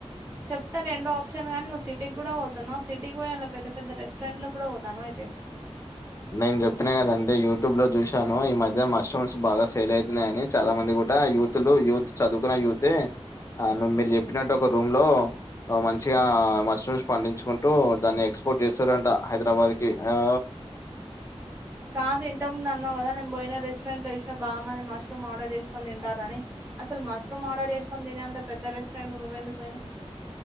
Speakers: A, on the right; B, on the left.
A: చెప్తా రెండో ఆప్షన్ గానీ నువ్వు సిటీకి కూడా పోతున్నావ్వు సిటీకి పోయ అలా పెద్ద పెద్ద రెస్టారెంట్ల కూడా పోతానవ అయితే.
B: నేను జెప్పిన కదండి యూట్యూబ్ లో చూశాను ఈ మధ్య మష్రూమ్స్ బాగా సేల్ అయివున్నది అని చాలా మంది కూ డ యూత్లు యూత్ చదువుకున్న యూతే ఆ మీరు జె ప్పినట్టు ఒక రూమ్ లో మంచిగా మష్రూమ్స్ పండించుకుంటూ దాన్ని ఎక్స్పోర్ట్ చేస్తురంట హైదరాబాద్కి ఓ
A: కాదు ఇంతకుముందు అన్నావు గదా నేను బోయిన రెస్టారెంట్ లో చూసినా బాగమంది మష్రూమ్ ఆర్డర్ చేసుకొని తింటుంరని అసలు మష్రూమ్ ఆర్డర్ చేసుకొని తినే అంత పెద్ద రెస్టారెంట్ కి నువ్వెందుకు పోయినవ్